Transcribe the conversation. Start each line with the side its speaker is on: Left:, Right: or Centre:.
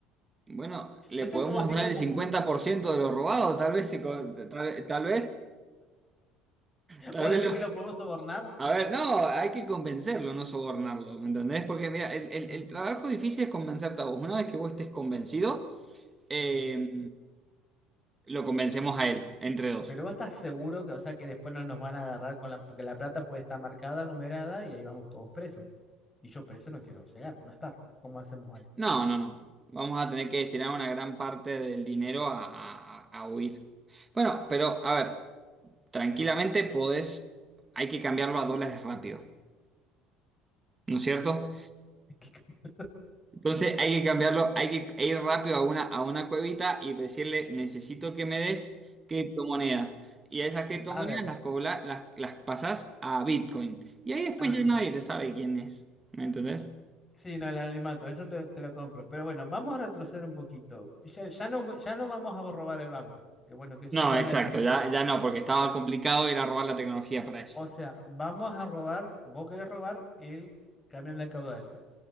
Right: bueno, le
Left: Yo
Right: podemos
Left: te puedo decir
Right: dar
Left: cómo
Right: el 50%
Left: funciona.
Right: de lo robado, tal vez, se co- tal, tal vez, tal
Left: ¿Vos
Right: vez.
Left: decís
Right: lo-
Left: que lo podemos sobornar?
Right: A ver, no, hay que convencerlo, no sobornarlo, ¿me entendés? Porque mira, el, el-
Left: Ujú,
Right: el trabajo difícil es convencerte a vos. Una vez que vos estés convencido, eh,
Left: ujú.
Right: lo convencemos a él, entre dos.
Left: Pero vos estás seguro que, o sea, que después no nos van a agarrar con la, porque la plata puede estar marcada, numerada, y ahí vamos todos presos. Y yo preso no quiero llegar, no estar. ¿Cómo hacemos ahí?
Right: No, no, no. Vamos a tener que destinar una gran parte del dinero a, a- a huir. Bueno, pero a ver, tranquilamente podés, hay que cambiarlo a dólares rápido, ¿no es cierto?
Left: <laughs>
Right: Entonces hay que cambiarlo, hay que ir rápido a una, a una cuevita y decirle, necesito que me des criptomonedas. Y a esas criptomonedas
Left: A ver,
Right: las, cobla- las, las pasás a Bitcoin. Y ahí después
Left: ajá.
Right: ya nadie le sabe quién es. ¿Me entendés?
Left: Sí, no, el anonimato, eso te, te lo compro. Pero bueno, vamos a retroceder un poquito. Ya, ya no, ya no vamos a robar el banco. Que bueno, que eso
Right: No,
Left: ya
Right: exacto,
Left: me alivió
Right: ya,
Left: porque,
Right: ya no, porque estaba
Left: bueno,
Right: complicado ir a robar la tecnología para eso.
Left: O sea, vamos a robar, vos querés robar el camión de caudales.